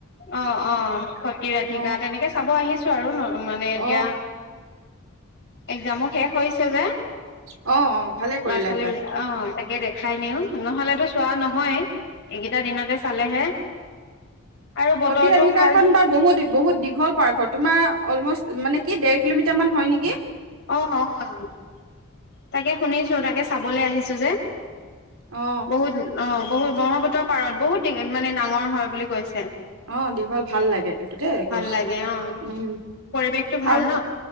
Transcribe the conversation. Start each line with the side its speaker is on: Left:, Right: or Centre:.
Left: অ অ সতিৰাধিকা
Right: অ
Left: তেনেকে চাব আহিছো আৰু মানে
Right: অ
Left: এতিয়া এক্জামো শেষ হৈছে যে
Right: অ অ ভালে
Left: ল'ৰা
Right: কৰিলা
Left: ছোৱালী
Right: দিয়া
Left: বিলাক অ তাকে দেখ খাই নিও নহ'লেতো চোৱা নহয়। এইকেইটা দিনতে চালেহে আৰু বতৰটো
Right: সতি অধিকাৰ
Left: ভাল
Right: খন বাৰ বহুত বহুত দীঘল তোমাৰ অলমষ্ট মানে কি ডেৰ কিলোমিটাৰ মান হয় নেকি।
Left: অ অ তাকে শুনিছো তাকে চাবলৈ আহিছো যে।
Right: অ
Left: বহু দিন অ বহুত ব্ৰহ্মপুত্ৰৰ পাৰত বহুত মানে ডাঙৰ হয় বুলি কৈছে।
Right: অ দীঘল ভাল লাগে কিন্তু দেই
Left: ভাল
Right: গৈ
Left: লাগে অ
Right: উম
Left: পৰিৱেশটো ভাল
Right: আৰু
Left: ন